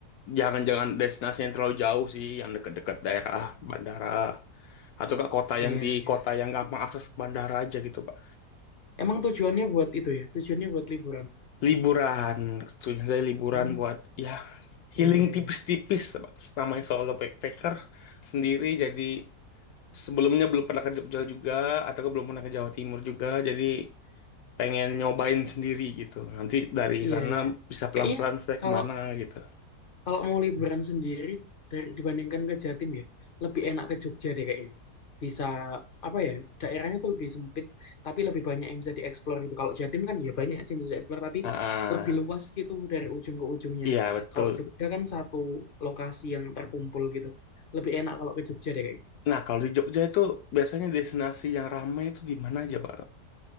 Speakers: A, on the left (about 75°); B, on the left (about 55°).
A: jangan-jangan destinasi yang terlalu jauh sih, yang dekat-dekat daerah bandara. Atau ke kota
B: Iya,
A: yang di
B: iya.
A: kota yang gampang akses ke bandara aja gitu Pak.
B: Emang tujuannya buat itu ya? Tujuannya buat liburan.
A: Liburan, maksudnya saya liburan
B: Hmm,
A: buat ya healing
B: iya, iya.
A: tipis-tipis Pak. Namanya solo backpacker sendiri jadi sebelumnya belum pernah ke Jogja juga atau belum pernah ke Jawa Timur juga jadi pengen nyobain sendiri gitu. Nanti dari
B: Iya,
A: sana
B: iya.
A: bisa pelan-pelan
B: Kayaknya
A: saya
B: kalau
A: kemana gitu.
B: kalau mau liburan sendiri dari, dibandingkan ke Jatim ya, lebih enak ke Jogja deh kayaknya. Bisa apa ya? Daerahnya tuh lebih sempit, tapi lebih banyak yang bisa dieksplor gitu. Kalau Jatim kan ya banyak sih yang bisa dieksplor, tapi
A: Ah,
B: lebih luas
A: ah.
B: gitu dari ujung ke ujungnya.
A: iya betul.
B: Kalau Jogja kan satu lokasi yang terkumpul gitu. Lebih enak kalau ke Jogja deh kayaknya.
A: Nah kalau di Jogja itu biasanya destinasi yang ramai itu di mana aja Pak?